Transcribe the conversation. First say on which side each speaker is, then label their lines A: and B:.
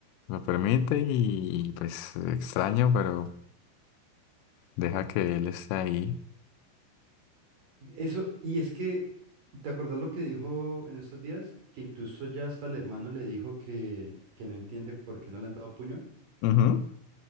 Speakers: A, on the left; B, on the right.
A: Lo permite y pues extraño, pero deja que él esté ahí.
B: Eso, y es que, ¿te acordás lo que dijo en estos días? Que incluso ya hasta el hermano le dijo que, que no entiende por qué no le han dado puño.
A: Ujú,